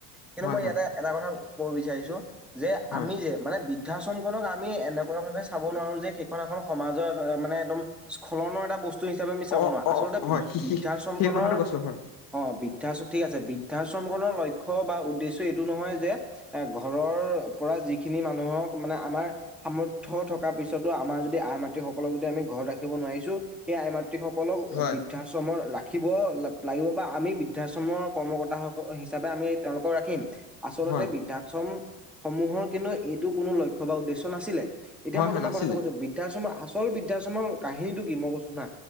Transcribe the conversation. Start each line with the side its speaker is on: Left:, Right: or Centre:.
Centre: কিন্তু
Left: হয়
Centre: মই
Left: হয়
Centre: ইয়াতে এটা কথা ক'ব বিচাৰিছোঁ। যে
Left: হয়
Centre: আমি যে মানে বি বৃদ্ধাশ্ৰমখনক আমি এনেকুৱা ভাৱে চাব নোৱাৰো যে সেইখন এখন সমাজৰ অ' মানে একদম স্খলনৰ এটা বস্তু হিচাপে আমি চাব
Left: অ
Centre: নোৱাৰা
Left: অ
Centre: আচলতে
Left: হয়
Centre: বৃ- বৃদ্ধাশ্ৰমখনৰ,
Left: সেই কথাটো কৈছো হয়
Centre: অ' বৃদ্ধাশ্ৰ ঠিক আছে বি বৃদ্ধাশ্ৰমখনৰ লক্ষ্য বা উদ উদ্দেশ্য এইটো নহয় যে, এ ঘৰৰ পৰা যিখিনি মানুহক মানে আমাৰ সামৰ্থ থকাৰ পিছতো আমাৰ যদি আই মাতৃসকলক যদি আমি ঘৰত ৰাখিব নোৱাৰিছোঁ সেই আই মাত <unintelligible> সকলক
Left: হয়
Centre: বৃদ্ধাশ্ৰমৰ ৰাখ ৰাখিব লাগিব বা আমি বৃদ্ধাশ্ৰমৰ কৰ্মকৰ্তাকল হিচাপে আমি তেওঁলোকক ৰাখিম। আচলতে
Left: হয়
Centre: বৃদ্ধাশ্ৰম সমূহৰ কিন্তু এইটো কোনো লক্ষ্য বা উদ্দেশ্য নাছিলে। এতিয়া
Left: হয়
Centre: মই
Left: হয়
Centre: তোমাৰ
Left: নাছিলে
Centre: কথাটো কৈছোঁ বৃদ্ধাশ্ৰম আচল বৃদ্ধাশ্ৰমৰ কাহিনীটো কি মই কৈছোঁ শুনা।